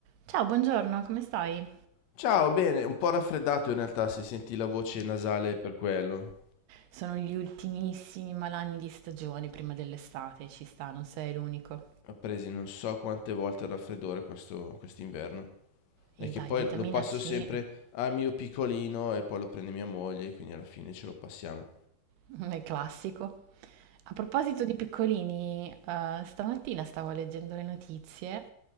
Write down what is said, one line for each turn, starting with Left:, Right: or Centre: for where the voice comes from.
Right: Ciao, buongiorno, come stai?
Left: Ciao, bene, un po' raffreddato in realtà, si sentì la voce nasale per quello.
Right: Sono gli ultimissimi malanni di stagione prima dell'estate, ci sta, non sei l'unico.
Left: Ho preso non so quante volte il raffreddore questo quest'inverno. E
Right: E
Left: che
Right: dai,
Left: poi
Right: vitamina
Left: lo passo
Right: C,
Left: sempre al mio piccolino e poi lo prende mia moglie, quindi alla fine ce lo passiamo.
Right: <laughs> è classico. A proposito di piccolini, eh, stamattina stavo leggendo le notizie